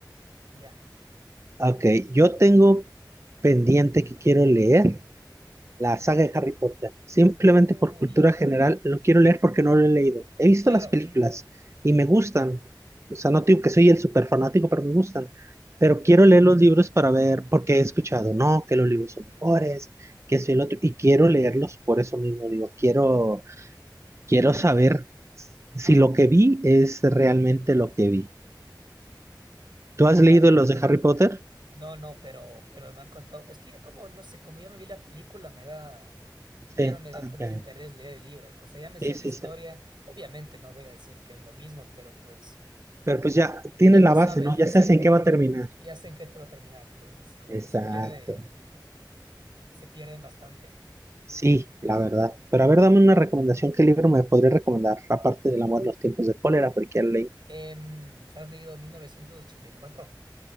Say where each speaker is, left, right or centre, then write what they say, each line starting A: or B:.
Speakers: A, on the right (about 80°); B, on the right (about 35°).
A: y ya.
B: Ok, yo tengo pendiente que quiero leer. la saga de Harry Potter. Simplemente
A: Uy,
B: por cultura general lo quiero leer porque no lo he leído. He visto
A: claro,
B: las películas y me gustan. O sea, no digo que soy el super fanático, pero me gustan. Pero quiero leer los libros para ver, porque he escuchado, no, que los libros son mejores, que soy el otro, y quiero leerlos por eso mismo. Digo, quiero, quiero saber si lo que vi es realmente lo que vi. ¿Tú has
A: claro.
B: leído los de Harry Potter?
A: No, no, pero, pero me han contado. Es que ya como, no sé, como ya me vi la película, me da. Ya
B: Sí,
A: no me da
B: ok.
A: tanto interés leer el libro. O sea, ya me sé
B: Sí,
A: la
B: sí,
A: historia.
B: sí.
A: Obviamente no voy a decir que es lo mismo, pero pues
B: Pero pues ya tienes
A: ya
B: la
A: te sabes,
B: base, ¿no?
A: exacto.
B: Ya sabes en qué va a terminar.
A: Ya sé en qué te va a terminar. Entonces, como que
B: Exacto.
A: se pierde, se pierden bastante.
B: Sí, la verdad. Pero a ver, dame una recomendación. ¿Qué libro me podría recomendar? Aparte del amor en los tiempos de cólera, porque ya lo leí.
A: Em, ¿has leído mil novecientos ochenta y cuatro